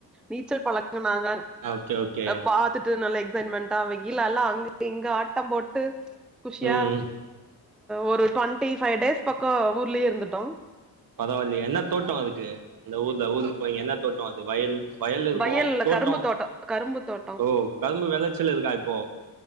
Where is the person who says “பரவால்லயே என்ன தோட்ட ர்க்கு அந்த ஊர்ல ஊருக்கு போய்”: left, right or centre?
Right